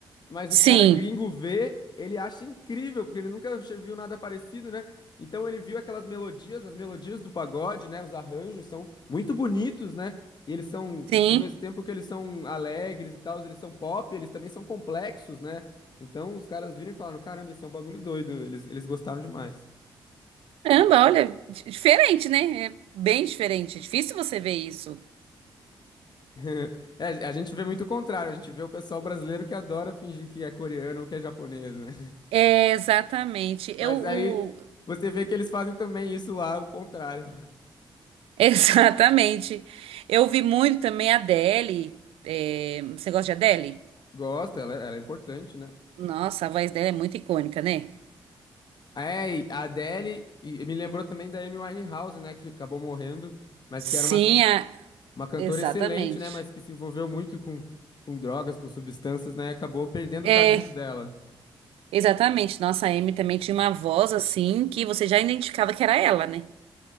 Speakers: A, on the left; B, on the right.
A: Mas
B: Sim,
A: o cara gringo vê, ele acha incrível, porque ele nunca che- viu nada parecido, né? Então ele viu aquelas melodias, as melodias do pagode, né? Os arranjos são muito bonitos, né? E eles são,
B: sim.
A: ao mesmo tempo que eles são alegres e tal, eles são pop, eles também são complexos, né? Então os caras viram e falaram: caramba, isso é um bagulho doido, eles, eles gostaram demais.
B: Caramba, olha, di- diferente, né? É bem diferente. É difícil você ver isso.
A: <laughs> É, a gente vê muito o contrário, a gente vê o pessoal brasileiro que adora fingir que é coreano ou que é japonês, né?
B: É, exatamente.
A: <laughs>
B: Eu,
A: Mas
B: o-
A: aí você vê que eles fazem também isso lá, o contrário.
B: <laughs> exatamente. Eu vi muito também a Adele. É, você gosta de Adele?
A: Gosta, ela, é, ela é importante, né?
B: Nossa, a voz dela é muito icônica, né?
A: É, e a Adele, e me lembrou também da Amy Winehouse, né, que acabou morrendo, mas
B: Sim,
A: que era uma,
B: a-
A: uma cantora
B: exatamente.
A: excelente, né, mas que se envolveu muito com, com drogas, com substâncias, né, e acabou perdendo
B: É,
A: o talento dela.
B: exatamente. Nossa, a Amy também tinha uma voz assim que você já identificava que era ela, né?